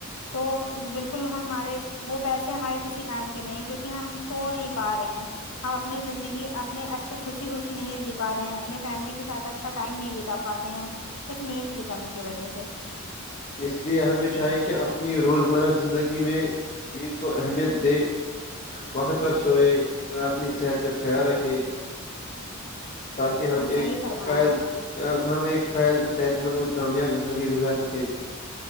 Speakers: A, on the left; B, on the left.
A: تو بالکل ہمارے وہ پیسے ہمارے کسی کام کے نہیں کیونکہ ہم سو نہیں پا رہے ہیں ہم اپنے زندگی اپنے اچھے خوشی خوشی نہیں جی پا رہے ہیں اپنے فیملی کے ساتھ اچھا ٹائم نہیں بیتا پاتے ہیں صرف نیند کی کمی کی وجہ سے
B: اس لیے ہمیں چاہے کہ اپنی روزمرہ زندگی میں نیند کو اہمیت دے وقت پر سوئے اور اپنی صحت کا خیال رکھے تاکہ
A: جی بالکل
B: ہم
A: صحیح
B: ایک
A: فرمایا
B: فل
A: آپ نے
B: ہم ایک فعل صحت مند اور کامیاب زندگی گزار سکے